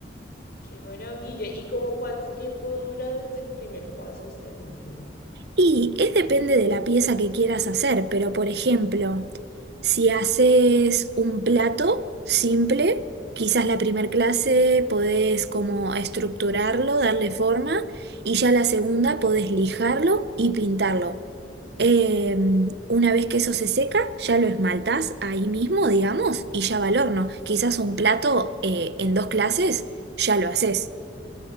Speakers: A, on the left; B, on the right.
A: qué maravilla. ¿Y como cuánto tiempo dura desde el primer paso hasta el último?
B: Y es depende de la pieza que quieras hacer, pero por ejemplo, si haces un plato simple, quizás la primer clase podés como estructurarlo, darle forma, y ya la segunda podés lijarlo y pintarlo. Eh, una vez que eso se seca, ya lo esmaltás ahí mismo, digamos, y ya va al horno. Quizás un plato eh, en dos clases ya lo haces.